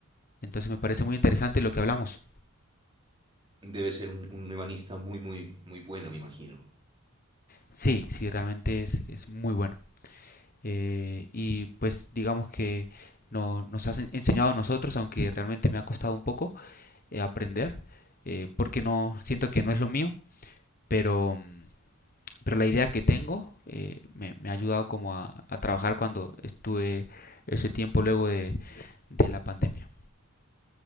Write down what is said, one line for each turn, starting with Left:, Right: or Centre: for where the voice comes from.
Left: Entonces me parece muy interesante lo que hablamos.
Right: Debe ser un, un ebanista muy, muy, muy bueno, me imagino.
Left: Sí, sí, realmente es, es muy bueno. Eh, y pues digamos que no, nos has en- enseñado a nosotros, aunque realmente me ha costado un poco eh, aprender, eh, porque no siento que no es lo mío, pero mm, pero la idea que tengo eh, me, me, ha ayudado como a, a, trabajar cuando estuve ese tiempo luego de, de la pandemia.